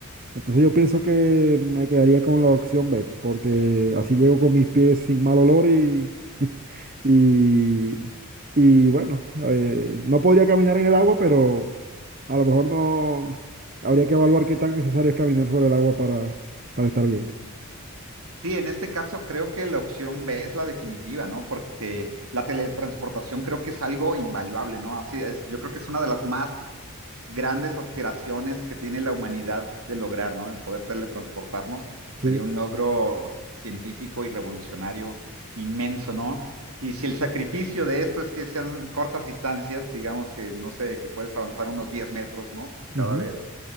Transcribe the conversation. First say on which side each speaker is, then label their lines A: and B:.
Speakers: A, on the right; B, on the right.
A: Entonces yo pienso que me quedaría con la opción B, porque así llego con mis pies sin mal olor y, <laughs> y, y bueno, eh, no podría caminar en el agua, pero a lo mejor no habría que evaluar qué tan necesario es caminar sobre el agua para, para estar bien.
B: Sí, en este caso creo que la opción B es la definitiva, ¿no? Porque la teletransportación creo que es algo invaluable, ¿no? Así es, yo creo que es una de las más grandes aspiraciones que tiene la humanidad de lograr, ¿no? El poder teletransportarnos sería
A: Sí,
B: un logro científico y revolucionario inmenso, ¿no? Y si el sacrificio de esto es que sean cortas distancias, digamos que no sé, que puedes avanzar unos 10 metros, ¿no?
A: ujú.
B: Cada vez,